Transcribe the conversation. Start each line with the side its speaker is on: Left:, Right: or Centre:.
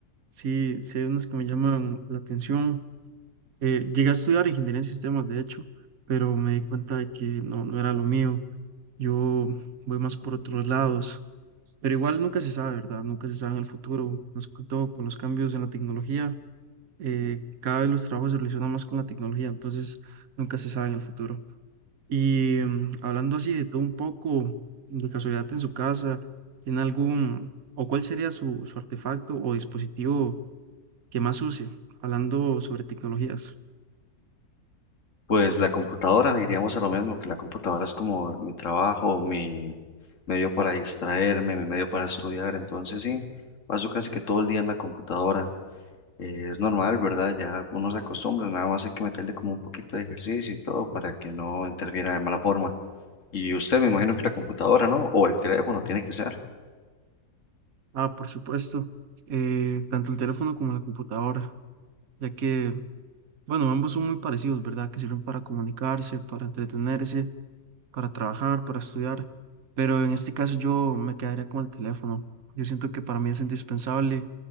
Right: sí, sí hay unas que me llaman la atención. Eh, llegué a estudiar ingeniería en sistemas, de hecho, pero me di cuenta de que no, no era lo mío. Yo voy más por otros lados, pero igual nunca se sabe, ¿verdad? Nunca se sabe en el futuro, más que todo con los cambios en la tecnología eh, cada vez los trabajos se relacionan más con la tecnología, entonces nunca se sabe en el futuro. Y mm, hablando así de todo un poco, de casualidad en su casa, ¿tiene algún, o cuál sería su, su artefacto o dispositivo que más use? Hablando sobre tecnologías.
Left: Pues la computadora, iríamos a lo mismo, que la computadora es como mi trabajo, mi medio para distraerme, mi medio para estudiar. Entonces, sí, paso casi que todo el día en la computadora. Eh, es normal, ¿verdad? Ya uno se acostumbra, nada más hay que meterle como un poquito de ejercicio y todo para que no interfiera de mala forma. Y usted me imagino que la computadora, ¿no? O el teléfono tiene que ser.
Right: Ah, por supuesto, eh, tanto el teléfono como la computadora, ya que, bueno, ambos son muy parecidos, ¿verdad? Que sirven para comunicarse, para entretenerse para trabajar, para estudiar, pero en este caso yo me quedaría con el teléfono. Yo siento que para mí es indispensable,